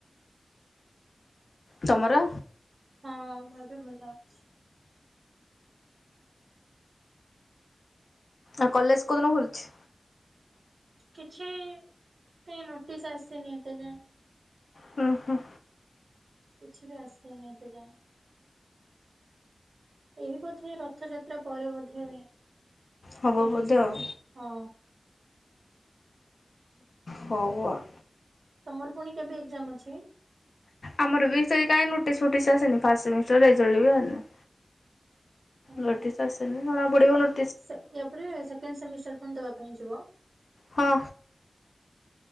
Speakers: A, on the left; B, on the right.
A: ତମର?
B: ହଁ ଏବେ ଭଲ ଅଛି।
A: ଆଉ କଲେଜ କେଉଁଦିନ ଖୋଲୁଛି?
B: କିଛି କେହି ନୋଟିସ୍ ଆସିନି ଏତେ ଯାଏଁ
A: ହୁଁ ହୁଁ
B: କିଛି ବି ଆସେନି ଏତେ ଯାଏ ଏ ବୋଧେ ରଥଯାତ୍ରା ପରେ ବୋଧେ
A: ହବ
B: ଖୋଲିଯିବ
A: ବୋଧେ ଆଉ
B: ହଁ
A: ହଉ ଆଉ।
B: ତମର ପୁଣି କେବେ ଏକ୍ଜାମ ଅଛି?
A: ଆମର ବି ସେଇ କାହିଁ ନୋଟିସ୍ ଫୋଟିସ୍ ଆସନି ଫାଷ୍ଟ ସେମିଷ୍ଟର ରେଜଲ୍ଟ ବି ବାହାରିନି
B: ହଁ।
A: ନୋଟିସ ଆସିନି ଜଣା ପଡିବ ନୋ
B: ସେ ୟା ପରେ ସେକଣ୍ଡ ସେମିଷ୍ଟର ପୁଣି ଦବା ପାଇଁ ଯିବ?
A: ହଁ